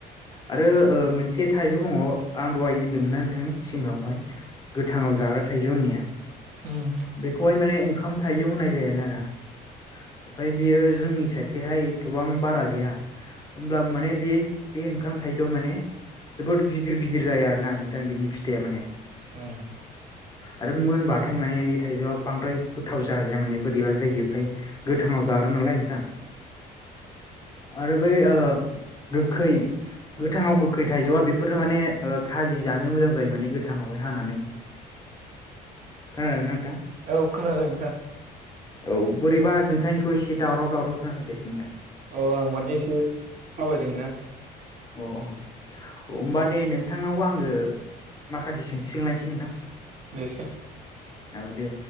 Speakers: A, on the left; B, on the right.
A: आरो ओ मोनसे थाइजौ दंङ आं दहाय होनदोंमोनना नोंथां सिंगांङावहाय गोथांङाव जाग्रा थाइजौ होननाया।
B: उम
A: बेखौहाय माने ओंखाम थाइजौ होननाय जायो आरोना ओमफ्राय बियो जोंनि साइडखैहाय एथबां बारा गैया। होमब्लाबो माने बे बे ओंखाम थाइजौआव माने जोबोद गिदिर गिदिर गिदिर जाया आरोना नोंथां बिनि फिथाइया माने
B: औ
A: आरो मोनबाथाय माने बे थाइजौआ बांद्राय गोथाव जाहैया माने बोरैबा जायो ओमफ्राय गोथांङाव जा ग्रानालाय नोंथां। आरो बै ओ गोखै गोथांङाव गोखै थाइजौआ बेफोरो माने ओ खाजि जानो मोजां जायो माने गोथांङावहाय हानानै। खोनादोंना नोंथां
B: <inaudible> औ खोनादों
A: औ बोरैबा नोंथांनिखौ एसे दावराव दावराव खोनाफैगासिनो दा
B: औ आं माने एसे थाबायदोंना।
A: अ अ होमबा दे नों थांनाव आंङो माखासे सोंथि सोंलायनोसै नोंथां।
B: दे सों
A: औ दे